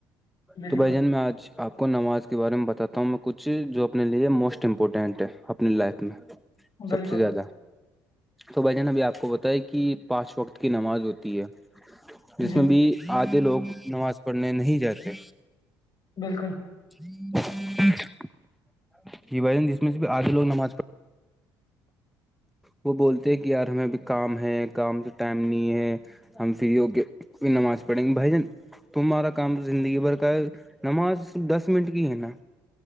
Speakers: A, on the left; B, in the centre.
A: بالکل
B: تو بھائی جان میں آج آپ کو نماز کے بارے میں بتاتا ہوں میں کچھ جو اپنے لیے موسٹ امپورٹینٹ ہے اپنی لائف میں
A: بالکل
B: سب سے زیادہ تو بھائی جان ابھی آپ کو بتائ کہ پانچ وقت کی نماز ہوتی ہے جس
A: جی
B: میں بھی آدھے لوگ نماز پڑھنے نہیں جاتے
A: بالکل
B: ہاں جی بائن جس میں بھی آدھ لوگ نماز پڑھے وہ بولتے ہیں کہ یار ہمیں ابھی کام ہے کام سے ٹائم نہیں ہے ہم فری ہو کے پھر نماز پڑھیں گے بھائی جان تمہارا کام زندگی بھر کا ہے نماز دس منٹ کی ہے نا